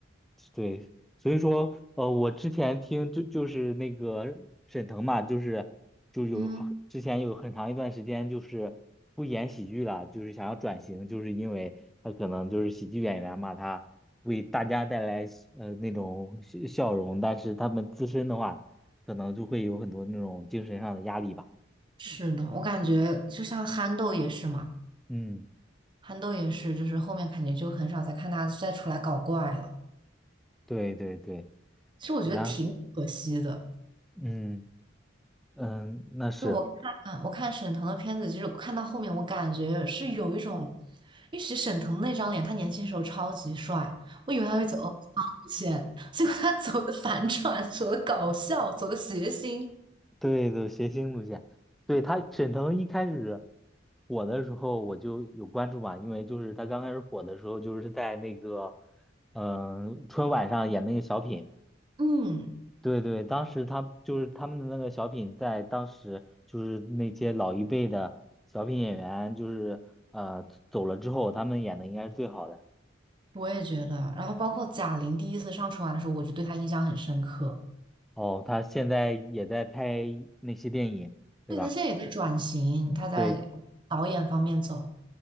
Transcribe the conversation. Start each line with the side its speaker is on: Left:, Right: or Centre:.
Centre: 对，所以说，呃，我之前听就就是那个沈腾嘛，就是就有好之前有很长一段时间就是不演喜剧了，
Right: 嗯，
Centre: 就是想要转型，就是因为他可能就是喜剧演员嘛，他为大家带来呃那种笑笑容，但是他们自身的话，可能就会有很多那种精神上的压力吧。
Right: 是的，我感觉就像憨豆也是嘛，
Centre: 嗯，
Right: 憨豆也是，就是后面感觉就很少再看他再出来搞怪了。
Centre: 对对对，
Right: 其实我觉得挺可惜的。
Centre: 然嗯嗯，那是。
Right: 就我看嗯我看沈腾的片子，其实我看到后面，我感觉是有一种，因为其实沈腾那张脸，他年轻时候超级帅，我以为他会走欧巴路线，<laughs> 结果他走的反转，走的搞笑，走的谐星。
Centre: 对对，谐星路线，对他沈腾一开始火的时候我就有关注嘛，因为就是他刚开始火的时候，就是在那个嗯、呃春晚上演那个小品，
Right: 嗯，
Centre: 对对，当时他就是他们的那个小品，在当时就是那些老一辈的小品演员，就是呃走了之后，他们演的应该是最好的。
Right: 我也觉得。然后包括贾玲第一次上春晚的时候，我就对她印象很深刻。
Centre: 哦，他现在也在拍那些电影，对吧？
Right: 对，她现在也在转型，她在导演方面走。
Centre: 对，